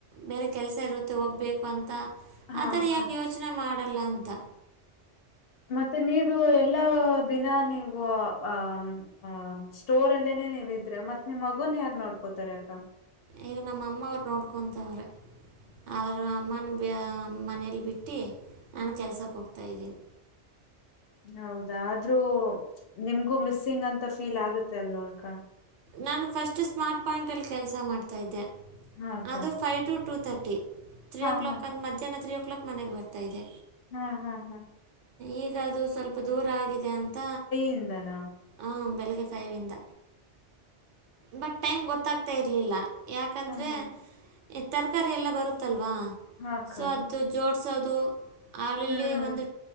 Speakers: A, on the right; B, on the left.
A: ಬೇರೆ ಕೆಲಸ ಇರುತ್ತೆ ಹೋಗ್ಬೇಕು ಅಂತ
B: ಹಾ
A: ಆತರ
B: ಅಕ್ಕ
A: ಯಾಕ್ ಯೋಚನೆ ಮಾಡಲ್ಲ ಅಂತ.
B: ಮತ್ತೆ ನೀವು ಎಲ್ಲಾ ದಿನ ನೀವು ಆ ಹ ಸ್ಟೋರಲ್ಲೇನೆ ನೀವಿದ್ರೆ ಮತ್ ನಿಮ್ ಮಗುನ್ ಯಾರ್ ನೋಡ್ಕೋತಾರೆ ಅಕ್ಕ.
A: ಈಗ ನಮ್ಮಮ್ಮ ಅವ್ರು ನೋಡ್ಕೊತಾವ್ರೆ. ಅವರ್ನ ಅಮ್ಮನ್ ಮನೇಲಿ ಬಿಟ್ಟಿ ನಾನು ಕೆಲ್ಸಕ್ಕೆ ಹೋಗ್ತಾಯ್ದೀನಿ.
B: ಹೌದಾ ಆದ್ರೂ ನಿಮ್ಗೂ ಮಿಸ್ಸಿಂಗ್ ಅಂತ ಫೀಲ್ ಆಗುತ್ತೆ ಅಲ್ವಾಕ್ಕ.
A: ನಾನು ಫಸ್ಟ್ ಸ್ಮಾರ್ಟ್ ಪಾಯಿಂಟ್ ಅಲ್ಲಿ ಕೆಲಸ ಮಾಡ್ತಾ ಇದ್ದೆ
B: ಹಾ ಅಕ್ಕ
A: ಅದು five to two thirty three
B: ಹಾ
A: ಓ ಕ್ಲಾಕ್
B: ಹಾ
A: ಅಂದ್ ಮಧ್ಯಾಹ್ನ ತ್ರೀ ಓ ಕ್ಲಾಕ್ ಮನೆಗೆ ಬರ್ತಾ ಇದೆ.
B: ಹಾಂ ಹಾಂ ಹಾಂ
A: ಈಗ ಅದು ಸ್ವಲ್ಪ ದೂರ ಆಗಿದೆ ಅಂತ
B: ಇಂದನ
A: ಹಾಂ ಬೆಳಿಗ್ಗೆ ಫೈವಿಂದ. ಬಟ್ ಟೈಮ್ ಗೊತ್ತಾಗ್ತಾ ಇರಲಿಲ್ಲ ಯಾಕಂದ್ರೆ
B: ಹ್ಮ್ ಹ್ಮ್
A: ತರಕಾರಿ ಎಲ್ಲ ಬರುತ್ತಲ್ವಾ
B: ಹಾ ಅಕ್ಕ
A: ಸೊ ಅದು ಜೋಡಿಸೋದು ಅದರಲ್ಲಿ
B: ಹ್ಮ್
A: ಒಂದು